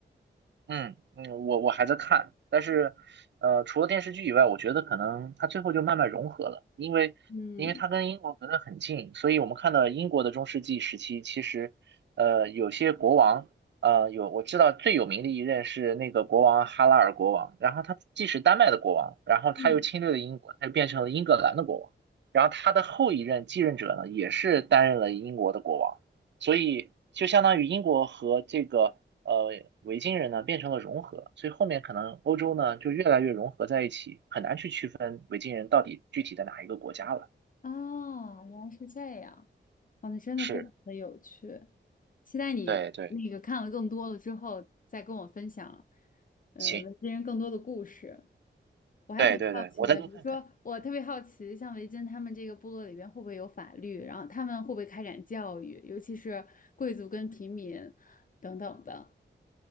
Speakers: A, on the right; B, on the left.
A: 嗯嗯，我我还在看，但是，呃，除了电视剧以外，我觉得可能它最后就慢慢融合了，因为因为它跟英国隔得很近，
B: 嗯，
A: 所以我们看到英国的中世纪时期，其实，呃，有些国王，呃，有我知道最有名的一任是那个国王哈拉尔国王，然后他既是丹麦的国王，然后他又侵略了英国，
B: 嗯，
A: 他就变成了英格兰的国王，然后他的后一任继任者呢，也是担任了英国的国王。所以就相当于英国和这个呃维京人呢变成了融合，所以后面可能欧洲呢就越来越融合在一起，很难去区分维京人到底具体的哪一个国家了。
B: 啊，原来是这样，哦，那真的非常的有趣，
A: 是，
B: 期待你那个看了更多了之后再跟我分享，
A: 对对，
B: 呃，
A: 行，
B: 维京人更多的故事，我还挺好奇的，
A: 对对对，我再多看看。
B: 比如说我特别好奇，像维京他们这个部落里边会不会有法律，然后他们会不会开展教育，尤其是贵族跟平民等等的。